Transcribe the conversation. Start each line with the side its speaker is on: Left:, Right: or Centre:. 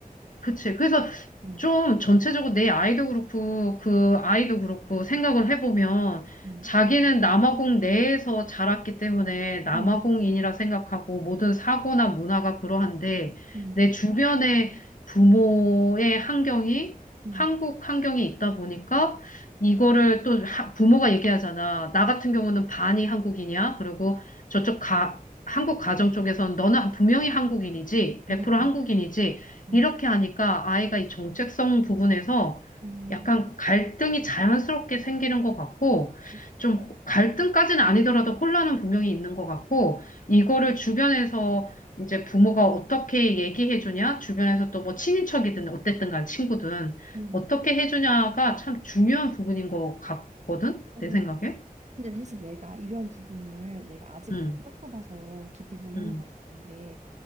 Left: 그치. 그래서
Right: 음,
Left: 좀 전체적으로 내 아이도 그렇고 그 아이도 그렇고 생각을 해보면
Right: 음,
Left: 자기는 남아공 내에서 자랐기 때문에 남아공인이라
Right: 음,
Left: 생각하고 모든 사고나 문화가 그러한데
Right: 음,
Left: 내 주변의 부모의 환경이
Right: 음,
Left: 한국 환경이 있다 보니까 이거를 또 하- 부모가 얘기하잖아. 나 같은 경우는 반이 한국인이야. 그리고 저쪽 가, 한국 가정 쪽에선 너는 분명히 한국인이지. 100%
Right: 음,
Left: 한국인이지.
Right: 음,
Left: 이렇게 하니까 아이가 이 정체성 부분에서
Right: 음,
Left: 약간 갈등이 자연스럽게 생기는 것 같고,
Right: 음.
Left: 좀 갈등까지는 아니더라도 혼란은 분명히 있는 것 같고, 이거를 주변에서 이제 부모가 어떻게 얘기해 주냐, 주변에서 또 뭐 친인척이든 어쨌든 간 친구든
Right: 음.
Left: 어떻게 해 주냐가 참 중요한 부분인 것 같거든,
Right: 음,
Left: 내 생각에.
Right: 근데 사실 내가 이런 부분을 내가 아직
Left: 음,
Right: 안 겪어봐서 깊이 모르는
Left: 음,
Right: 걸 수 있는데